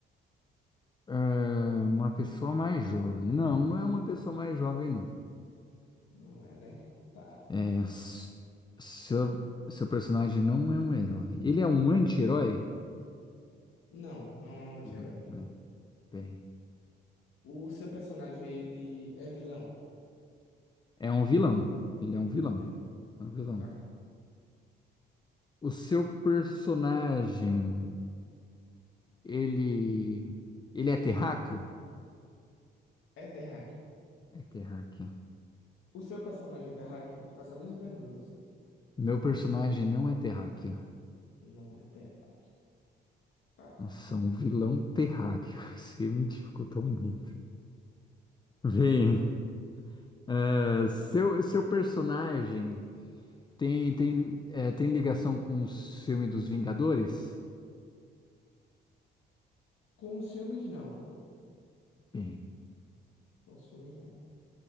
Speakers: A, on the left (about 20°); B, on the left (about 80°).
A: É, uma pessoa mais jovem. Não, não é uma pessoa mais jovem, não.
B: Não é, né? Tá.
A: É, s- seu, seu personagem não é um herói. Ele é um anti-herói?
B: Não, não é um anti-herói.
A: Uhum, é. Bem.
B: O seu personagem, ele é vilão?
A: É um vilão. Ele é um vilão.
B: É um vilão.
A: É um vilão.
B: Tá.
A: O seu personagem, ele. Ele é terráqueo?
B: É terráqueo.
A: É terráqueo.
B: O seu personagem é terráqueo? Faça a mesma pergunta. pra você.
A: Meu personagem não é terráqueo.
B: Não é terráqueo. Tá.
A: Nossa, um vilão terráqueo. <laughs> Você me dificultou muito. Bem, é, seu, seu personagem tem, tem, é, tem ligação com o filme dos Vingadores?
B: Com os filmes, não.
A: Bem.
B: Com os filmes, não.